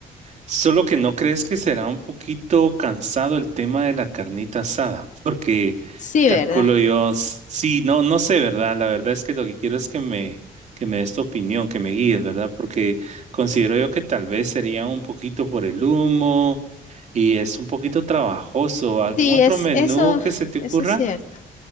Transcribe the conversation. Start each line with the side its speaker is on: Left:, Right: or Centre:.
Right: Solo que no crees que será un poquito cansado el tema de la carnita asada, porque
Left: Sí,
Right: calculo
Left: ¿verdad?
Right: yo, s- sí, no, no sé, ¿verdad? La verdad es que lo que quiero es que me, que me des tu opinión, que me guíes, ¿verdad? Porque considero yo que tal vez sería un poquito por el humo y es un poquito trabajoso. ¿Algún
Left: Sí,
Right: otro
Left: es
Right: menú
Left: eso,
Right: que se te
Left: eso
Right: ocurra?
Left: es cierto.